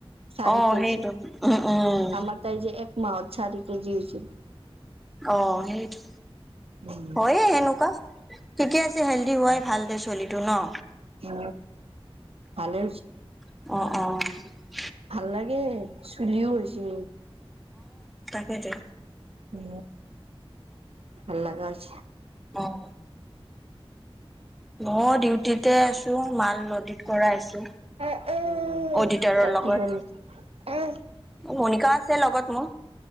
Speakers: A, on the right (about 75°); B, in the centre.
A: চাৰি
B: অ',
A: কেজি
B: সেইটো উম, উম।
A: আমাৰ তাই যে এক মাহত চাৰি কেজি হৈছিল।
B: অ সেইৰি
A: উম,
B: হয়য়ে সেনেকুৱা ঠিকে আছে হেল্ডি হোৱাই ভাল দে চলিটো ন
A: উ ভালে আছো।
B: অ' অ' অ'
A: ভাল লাগে চুলিও হৈ হৈছে
B: সেইটো।
A: উ ভলা আজ
B: অ'। মই ডিউটিতে আছো মাল নদীত কৰা আছো
A: আহ
B: অডিটৰৰ
A: তাই
B: লগত।
A: কি কৰি আহ।
B: মনিকা আছে লগত মোৰ।